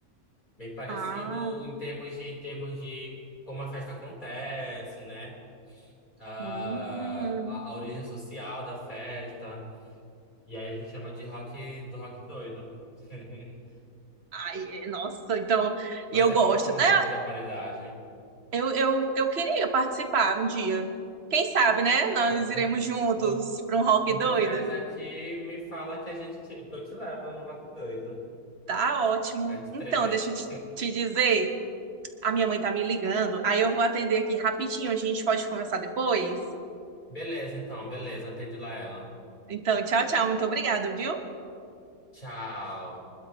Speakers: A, on the left; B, on the right.
A: Bem parecido
B: Ah,
A: em termos de, em termos de como a festa acontece, né? Ah,
B: hum.
A: a, a origem social da festa. E aí a gente chama de rock, do rock doido. <laughs>
B: Ai, é- nossa, então,
A: Mas
B: e eu
A: é
B: gosto,
A: bom, é uma
B: né?
A: festa de aparelhagem.
B: Eu, eu, eu queria participar um dia. Quem sabe, né? Nós
A: Ah, quando,
B: iremos juntos
A: quando,
B: para um rock
A: quando
B: doido.
A: tu vieres aqui, me fala que a gente te- que eu te levo no rock doido.
B: Tá ótimo.
A: Antes
B: Então,
A: de tremer.
B: deixa eu te, te dizer, a minha mãe tá me ligando, aí eu vou atender aqui rapidinho, a gente pode conversar depois?
A: Beleza, então, beleza. Atende lá ela.
B: Então, tchau, tchau, muito obrigada, viu?
A: Tchau.